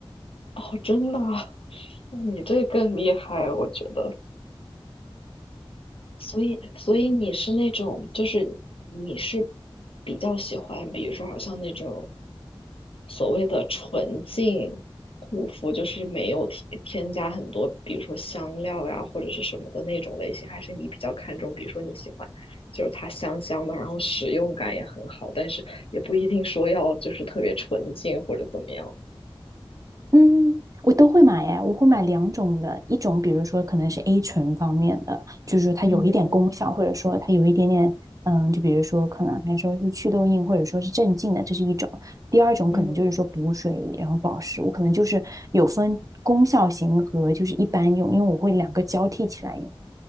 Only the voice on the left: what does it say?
哦，真的啊那你这更厉害，我觉得。所以，所以你是那种，就是你是比较喜欢，比如说，好像那种所谓的纯净护肤，就是没有添添加很多，比如说香料呀或者是什么的那种类型，还是你比较看重，比如说你喜欢就是它香香的，然后使用感也很好，但是也不一定说要就是特别纯净或者怎么样。
嗯嗯
嗯，